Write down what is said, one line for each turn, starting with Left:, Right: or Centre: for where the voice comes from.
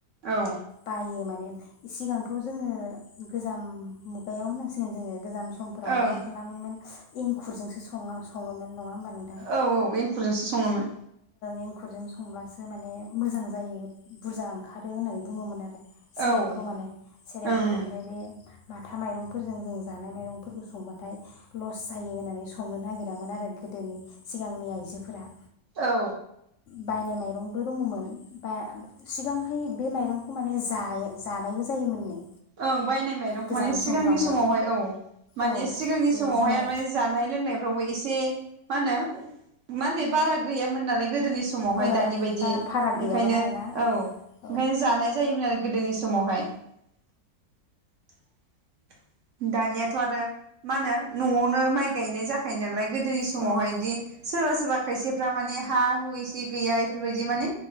Right: ओं
Left: बायो माने सिगांथ' जोङो गोजाम मुगायाव होनांसिगोन जोङो गोजाम समफोरावहाय
Right: औ
Left: मा खालामोमोन एंखुरजोंसो सङोमोन। नङा होमबा नोंथां?
Right: औ एंखुरजोंसो सङोमोन
Left: एंखुरजों संब्लासो माने मोजां जायो बुरजा ओंखारो होननानै बुङोमोन आरो सेरेबखौ
Right: औ ओं
Left: मोनो सेरेबखौ
Right: ओं
Left: ओमफ्राय बे माथा माइरंफोरजों जों जानाय माइरंफोरखौ संबाथाय लस जायो होननानै संनो नागिरामोन आरो गोदोनि सिगांनि आइजोफोरा।
Right: औ।
Left: बायनाय माइरंबो दङमोन। -बा सिगांहाय बे माइरंखौ माने जायो जानायबो जायोमोननो।
Right: ओं बायनाय माइरं
Left: गोजाम
Right: माने सिगांनि
Left: समफ्रावहाय
Right: समावहाय औ मानिे
Left: औ
Right: सिगांनि
Left: बे
Right: समावहाय
Left: जुमाय
Right: माने जानाय लोंनायफ्रावबो एसे मा होनो मने बारा गैयोन नालाय गोदोनि समावहाय
Left: ओं
Right: दानि बायदि
Left: बारा फाराग गैयामोन
Right: ओंखायनो
Left: आरोना
Right: औ ओंखायनो
Left: औ
Right: जानाय जायोमोन आरो गोदोनि समावहाय। <inaudible> दानियाथ' आरो मा होनो न'आवनो माइ गायनाय जाखायो नालाय गोदोनि समावहाय
Left: औ
Right: बिदि सोरबा सोरबा खायसेफ्रा माने हा-हु एसे गैया बेफोरबादि माने